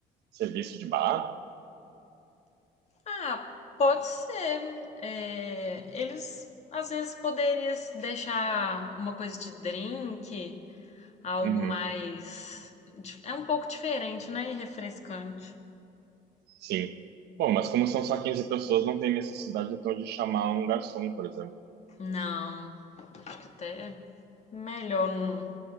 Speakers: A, on the right; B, on the left.
A: serviço de bar?
B: Ah, pode ser. É, eles às vezes poderiam deixar uma coisa de drink, algo
A: Uhum,
B: mais. dif- É um pouco diferente, né? E refrescante.
A: sim. Bom, mas como são só 15 pessoas, não tem necessidade, então, de chamar um garçom, por exemplo.
B: Não, acho que até melhor não,